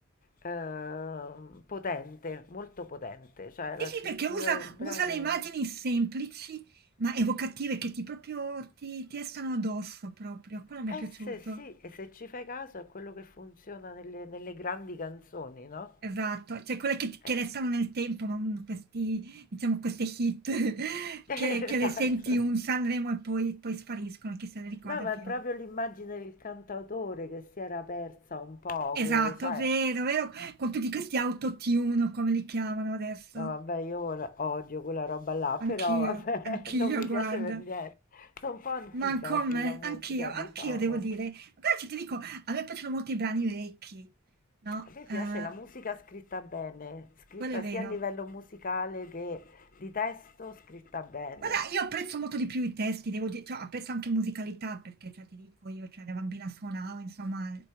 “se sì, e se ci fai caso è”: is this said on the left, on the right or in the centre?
Left